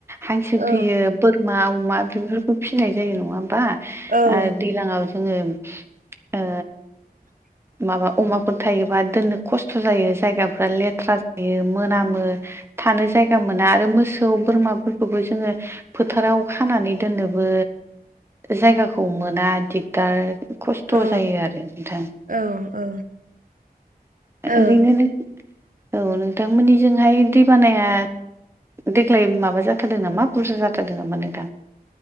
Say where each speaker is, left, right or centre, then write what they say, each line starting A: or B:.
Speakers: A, on the right (about 15°); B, on the right (about 55°).
A: हांसो
B: औ
A: फियो बोरमा अमा बेफोरखौ फिसिनाय जायो। नङा होमबा?
B: औ
A: आरो दैलाङाव जोङो ओ
B: <inaudible>
A: माबा अमाफोर थायोबा दोननो खस्थ' जायो जायगाफ्रा लेथ्रा जायो मोनामो थानो जायगा मोना आरो मोसौ बोरमाफोरखौबो जोङो फोथाराव खानानै दोननोबो जायगाखौ मोना दिगदार खस्थ'
B: औ
A: जायो आरो नोंथां
B: औ
A: ओं ओरैनो
B: ओ
A: नों औ नोंथांमोननिजोंहाय दै बानाया देग्लाय माबा जाथारदों नामा बुरजा जाथारदों नामा नोंथां